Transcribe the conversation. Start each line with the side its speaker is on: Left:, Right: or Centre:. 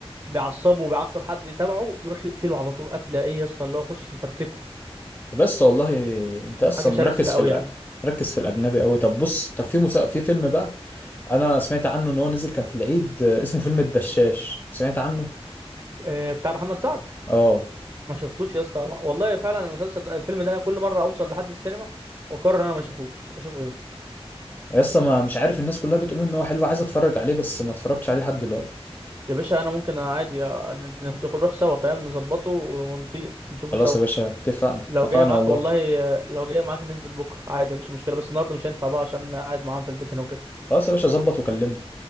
Right: بيعصبه وبيعصب حد تبعه يروح يقتله على طول قتله ايه يا اسطى اللي هو يخش يفرتكه
Left: بس والله انت اصلا
Right: حاجه شرسه
Left: مركز
Right: قوي
Left: في الأ...
Right: يعني
Left: مركز في الاجنبي قوي طب بص طب في مسا... في فيلم بقى انا سمعت عنه ان هو نزل كان في العيد آه، اسمه فيلم الدشاش سمعت عنه
Right: آه، بتاع محمد سعد
Left: اه
Right: ما شفتوش يا اسطى والله فعلا المسلسل ده الفيلم ده انا كل مره اوصل لحد السينما واقرر ان انا ما اشوفوش اشوف غيره
Left: لسه ما مش عارف الناس كلها بتقول ان هو حلو عايز اتفرج عليه بس ما اتفرجتش عليه لحد دلوقتي
Right: يا باشا انا ممكن عادي آه، ناخد- نروح سوا فاهم نظبطه ونطير نشوفه
Left: خلاص
Right: سوا
Left: يا باشا اتفقنا
Right: لو
Left: اتفقنا
Right: جاي معاك
Left: والله
Right: والله آه، لو جاي معاك ننزل بكره عادي مفيش مشكله بس النهارده مش هينفع بقى عشان قاعد معاهم في البيت هنا وكده
Left: خلاص يا باشا ظبط وكلمني